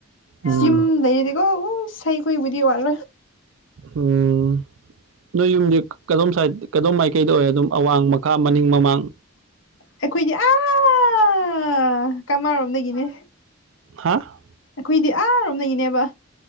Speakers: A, on the right (about 70°); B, on the left (about 65°).
A: ꯎꯝ
B: ꯌꯨꯝ ꯂꯩ ꯑ ꯎ ꯏꯁꯩ ꯀꯕꯨꯗꯤ ꯋꯥꯜ
A: ꯎꯝ ꯅꯣꯏ ꯌꯨꯝꯗꯤ ꯀꯗꯣꯝ ꯁꯥꯏꯗ ꯀꯗꯣꯝ ꯃꯥꯏꯀꯩꯗ ꯑꯣꯏꯔ ꯑꯗꯨꯝ ꯑꯋꯥꯡꯃ ꯈꯥ ꯃꯅꯤꯡ ꯃꯃꯥꯡ
B: ꯑꯩꯈꯣꯏꯗꯤ ꯑꯥ ꯀꯃꯔꯣꯝꯗꯒꯤꯅꯦ
A: ꯍꯥ
B: ꯑꯩꯈꯣꯏꯗꯤ ꯑꯥꯔꯣꯝꯅꯏꯅꯦꯕ